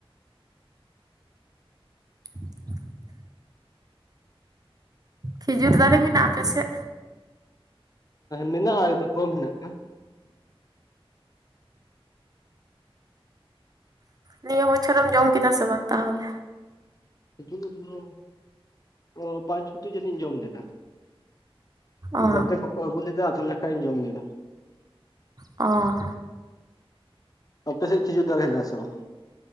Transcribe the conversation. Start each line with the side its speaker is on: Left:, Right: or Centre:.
Right: <inaudible> ᱠᱷᱤᱡᱩᱨ ᱫᱟᱨᱮ ᱢᱮᱱᱟᱜᱼᱟ ᱟᱯᱮᱥᱮᱜ
Left: ᱢᱮᱱᱟᱜᱼᱟ ᱮᱠᱫᱚᱢ ᱠᱚᱢ ᱦᱮᱱᱟᱜᱼᱟ
Right: ᱱᱤᱭᱟᱹ ᱵᱚᱪᱷᱚᱨᱮᱢ ᱡᱚᱢ ᱠᱮᱫᱟ ᱥᱮ ᱵᱟᱝ ᱛᱟᱦᱚᱞᱮ
Left: ᱦᱤᱡᱩᱜ ᱨᱮᱫᱚ ᱯᱚ ᱯᱟᱸᱪ ᱪᱷᱚᱴᱤ ᱡᱟᱹᱱᱤᱡ ᱤᱧ ᱡᱚᱢ ᱞᱮᱫᱟ
Right: ᱚ
Left: ᱜᱟᱛᱮ ᱠᱚᱠᱚ ᱟᱹᱜᱩ ᱞᱮᱫᱟ ᱛᱟᱦᱚᱞᱮ ᱠᱷᱟᱡ ᱤᱧ ᱡᱚᱢ ᱞᱮᱫᱟ
Right: ᱚ
Left: ᱟᱯᱮ ᱥᱮᱜ ᱠᱷᱤᱡᱩᱨ ᱫᱟᱨᱮ ᱦᱮᱱᱟᱜᱼᱟ ᱥᱮ ᱵᱟᱝ